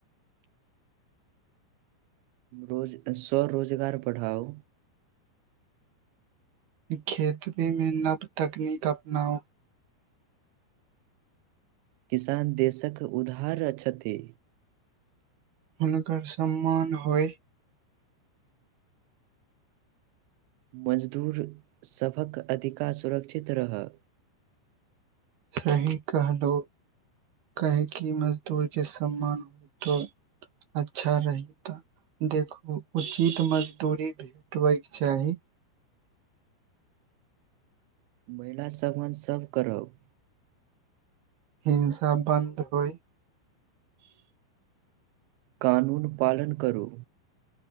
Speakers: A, on the right; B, on the right.
A: रोज स्वरोजगार बढ़ाओ
B: खेतब मे नव तकनीक अपनाउ
A: किसान देशक उधार छथि
B: हुनकर सम्मान होय
A: मजदूर सबक अधिकार सुरक्षित रहय
B: सही कहलो कहे की मजदूर के सम्मान तऽ अच्छा रही तऽ देखू उचित मजदूरी भेटबयके चाही
A: महिला समान सब करब
B: हिंसा बानधइ
A: कानून पालन करूं